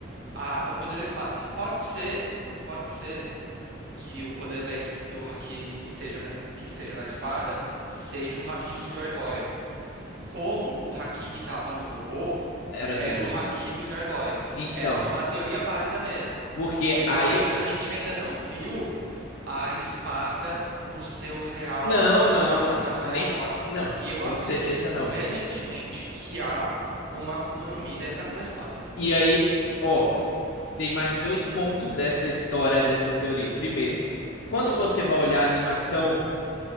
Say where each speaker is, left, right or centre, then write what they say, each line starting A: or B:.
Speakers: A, on the right; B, on the left.
A: a, o poder da espada. Pode ser, pode ser que o poder da, es- que o haki esteja na, que esteja na espada seja o haki do Joy Boy. Como o haki que estava no robô.
B: era
A: Era
B: do Joey
A: o haki do Joy Boy.
B: Então,
A: Essa é uma teoria válida mesmo.
B: porque
A: Mas
B: aí
A: eu acho
B: eu...
A: que a gente ainda não viu a espada no seu real,
B: Não,
A: no
B: não,
A: seu, re- na sua
B: nem...
A: real forma.
B: Não,
A: E eu
B: com
A: acredito
B: certeza não.
A: veementemente que há uma Akuma no Mi dentro daquela espada.
B: E aí, ó, tem mais dois pontos dessa história, dessa teoria. Primeiro, quando você vai olhar a animação,